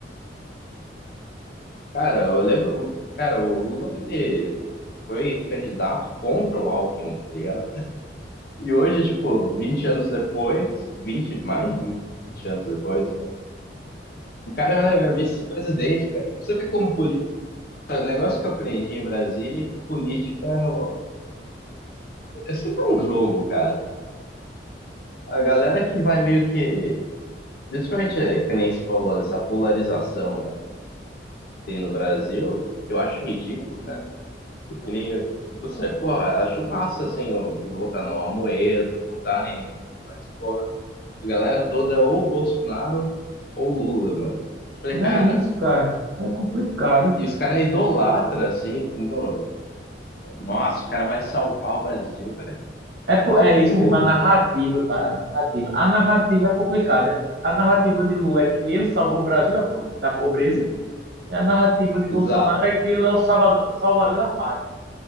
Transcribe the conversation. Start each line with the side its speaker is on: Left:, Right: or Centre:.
Left: eu lembro, cara, o Lula, ele foi candidato contra o Alckmin, tá ligado? E hoje, tipo, vinte anos depois, vinte mais de 20 anos depois, né, o cara é vice-presidente, cara. Você vê como política, o negócio que eu aprendi em Brasília é que política ó, é sempre um jogo, cara. A galera que vai meio que. Principalmente, é, que nem se falou, dessa polarização, né? que Tem no Brasil, que eu acho ridículo, cara. Porque nem. Você, porra, acho massa, assim, o- votar no Amoedo, votar em. Mas, porra, a galera toda é ou Bolsonaro ou Lula, mano. Eu Falei,
Right: Não
Left: cara,
Right: é isso, cara. É complicado.
Left: e os caras idolatram, assim, como, nossa, o cara vai salvar o Brasil.
Right: É, po- é
Left: Tipo,
Right: isso mesmo, a narrativa, cara. A narrativa. A narrativa é complicada. A narrativa de Lula é que ele salvou o Brasil da, pro- da pobreza. E a narrativa de Bolsonaro
Left: exato.
Right: é que ele é o salvador, salvador da pátria.